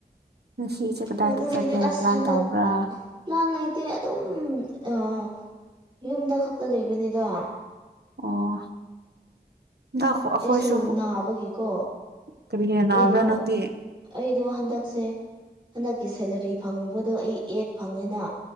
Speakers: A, on the right (about 80°); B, on the right (about 30°).
A: ꯉꯁꯤꯁꯦ ꯀꯗꯥꯏꯗ
B: ꯑꯗꯨꯒꯤꯗꯤ
A: ꯆꯠꯀꯦꯅ
B: ꯑꯁ
A: ꯄ꯭ꯂꯥꯟ
B: ꯍꯟꯗꯛ
A: ꯇꯧꯕ꯭ꯔꯥ꯫
B: ꯄ꯭ꯂꯥꯟ ꯂꯩꯇꯦ ꯑꯗꯨꯝ ꯑꯥ ꯌꯨꯝꯗ ꯈꯛꯇ ꯂꯩꯕꯅꯤꯗ꯫
A: ꯑꯣ ꯗ ꯑꯈꯣꯏꯁꯨ
B: ꯑꯩꯁꯨ ꯅꯥꯕꯒꯤꯀꯣ
A: ꯀꯔꯤꯅꯥ ꯅꯕ꯭ꯥꯔ
B: ꯑꯩꯗꯣ
A: ꯅꯪꯗꯤ꯫
B: ꯑꯩꯗꯣ ꯍꯟꯗꯛꯁꯦ ꯍꯟꯗꯛꯀꯤ ꯁꯦꯂꯔꯤ ꯐꯪꯕꯗꯣ ꯑꯩ ꯑꯦꯠ ꯐꯪꯉꯤꯅ